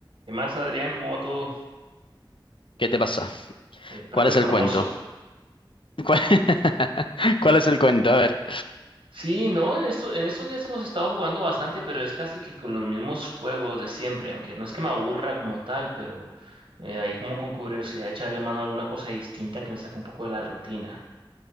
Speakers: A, on the right; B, on the left.
A: ¿Qué más, Adrián? ¿Cómo va todo?
B: ¿Qué te pasa?
A: El propio
B: ¿Cuál es
A: Formoso.
B: el cuento? ¿Cuál, <laughs> cuál es el cuento? A ver.
A: Sí, no, en esto- en estos días hemos estado jugando bastante, pero es casi que con los mismos juegos de siempre, aunque no es que me aburra como tal, pero eh, ahí como con curiosidad echarle mano a alguna cosa distinta que me saque un poco de la rutina.